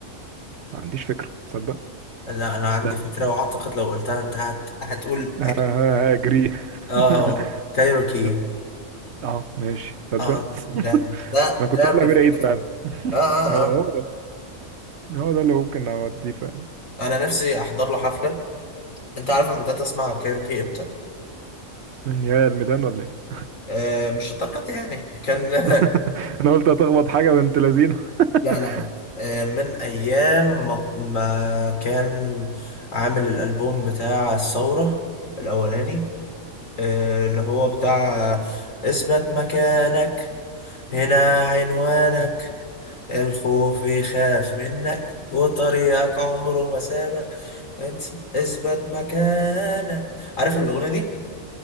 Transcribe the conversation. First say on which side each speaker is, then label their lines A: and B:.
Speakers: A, on the right; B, on the left.
A: ما عنديش فكره تصدق
B: لا انا عندي
A: ده
B: فكرة واعتقد لو قلتها انت هت... هتقول
A: ه-
B: اكيد
A: ه- هاجريه
B: اه
A: <laughs>
B: كايروكي
A: بس اه ماشي تصدق
B: اه ده
A: <laughs>
B: ده
A: انا كنت
B: ده
A: اقول
B: بيرفكتو
A: امير عيد فعلا
B: اه اه
A: اه
B: اه
A: هو ده هو ده اللي ممكن اوديه فعلا
B: انا نفسي احضر له حفلة انت عارف انا بدأت اسمع كايروكي امتى
A: من يا الميدان ولا إيه؟
B: آه مش الدرجة دي يعني كان <laughs>
A: <laughs> انا قلت هتخبط حاجه بنت لذينه <laughs>
B: لا لا لا آه من ايام ما... ما كان عامل الالبوم بتاع الثورة الاولاني آه اللي هو بتاع اثبت مكانك هنا
A: اه
B: عنوانك الخوف بيخاف منك وطريقك عمره ما سابك انت اثبت مكانك عارف الاغنيه دي